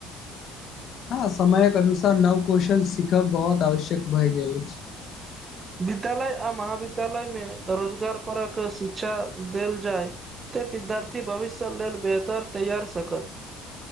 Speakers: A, on the left; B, on the right.
A: हँ समयक अनुसार नव कौशल सीखब बहोत आवश्यक भए गेल अछि
B: <inaudible> विद्यालय आ महाविद्यालय मे रोजगार परक शिक्षा देल जाय ते विद्यार्थी भविष्य लेल बेहतर तैयार सकत